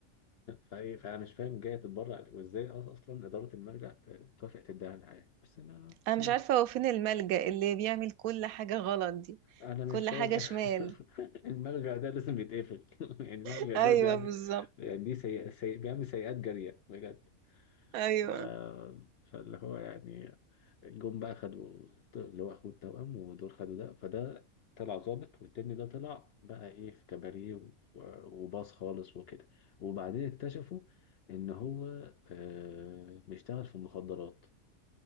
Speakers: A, on the left; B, on the right.
A: فايه فانا مش فاهم جايه تتبرع ليه وازاي أص- اصلا اداره المرجع آه، توافق تديها لها يعني بس انا
B: أنا
A: يمكن
B: مش عارفة هو فين الملجأ اللي بيعمل كل حاجة غلط دي
A: انا مش
B: كل
A: فاهم
B: حاجة شمال
A: <laughs> المرجع ده لازم يتقفل <laughs> يعني المرجع
B: <laughs>
A: ده
B: ايوه
A: بيعمل
B: بالظبط
A: يعني دي سيئة سيئ... بيعمل سيئات جاريه بجد
B: ايوه
A: ف... فاللي هو يعني جم بقى خدوا الط- اللي هو اخوه التوأم ودول خدوا ده فده طلع ظابط والتاني ده طلع بقى ايه في كباريه و- وباص خالص وكده وبعدين اكتشفوا ان هو آه بيشتغل في المخدرات